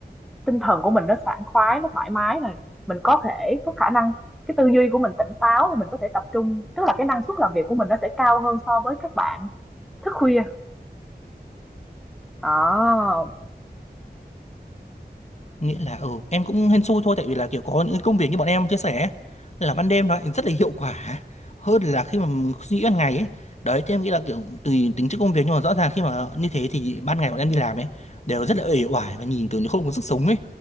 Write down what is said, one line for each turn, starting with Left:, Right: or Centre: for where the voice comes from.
Centre: tinh thần của mình nó sảng khoái, nó thoải mái này, mình có thể có khả năng cái tư duy của mình tỉnh táo, mình có thể tập trung, tức là cái năng suất làm việc của mình nó sẽ cao hơn so với các bạn thức khuya. Đó.
Left: nghĩa là ừ em cũng hên xui thôi tại vì là kiểu có những cái công việc như bọn em chia sẻ ấy, là ban đêm nó lại rất là hiệu quả hơn là khi mà mình suy nghĩ ban ngày ấy đấy thì em nghĩ là kiểu tùy tính chất công việc nhưng mà rõ ràng khi mà như thế thì ban ngày bọn em đi làm ấy đều rất là uể oải và nhìn kiểu như không có sức sống ấy